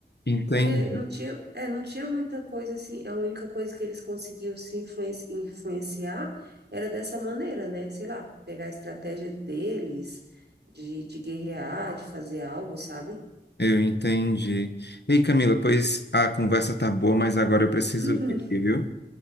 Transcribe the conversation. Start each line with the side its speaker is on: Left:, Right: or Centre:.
Left: Entendi,
Right: Porque não tinha, é, não tinha muita coisa assim. A única coisa que eles conseguiam se influenci- influenciar era dessa maneira, né? Sei lá, pegar a estratégia deles, de, de guerrear, de fazer algo, sabe? <laughs>
Left: eu entendi. Ei, Camila, pois a conversa tá boa, mas agora eu preciso
Right: Uhum.
Left: ir aqui, viu?